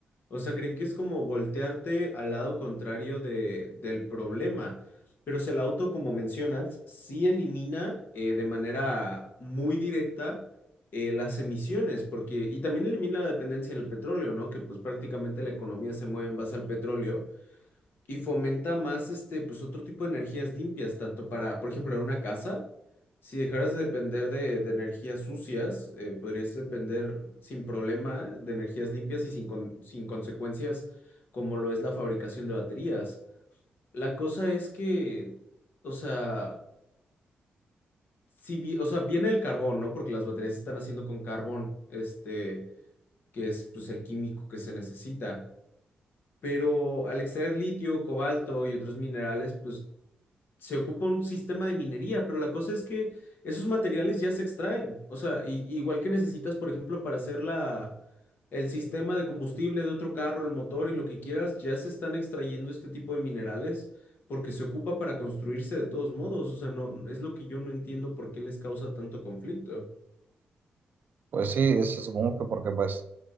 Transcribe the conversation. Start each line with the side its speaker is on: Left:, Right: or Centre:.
Left: O sea, creen que es como voltearte al lado contrario de, del problema. Pero o sea, el auto, como mencionas, sí elimina eh, de manera muy directa eh, las emisiones, porque, y también elimina la dependencia en el petróleo, ¿no? Que pues prácticamente la economía se mueve en base al petróleo y fomenta más este, pues otro tipo de energías limpias, tanto para, por ejemplo, en una casa, si dejaras de depender de, de energías sucias, eh, podrías depender sin problema de energías limpias y sin, con- sin consecuencias como lo es la fabricación de baterías. La cosa es que, o sea, si, vi- o sea, viene el carbón, ¿no? Porque las baterías se están haciendo con carbón, este, que es pues el químico que se necesita. Pero al extraer litio, cobalto y otros minerales, pues se ocupa un sistema de minería, pero la cosa es que esos materiales ya se extraen. O sea, i- igual que necesitas, por ejemplo, para hacer la, el sistema de combustible de otro carro, el motor y lo que quieras, ya se están extrayendo este tipo de minerales porque se ocupa para construirse de todos modos. O sea, no, es lo que yo no entiendo por qué les causa tanto conflicto.
Right: Pues sí, se supongo que porque pues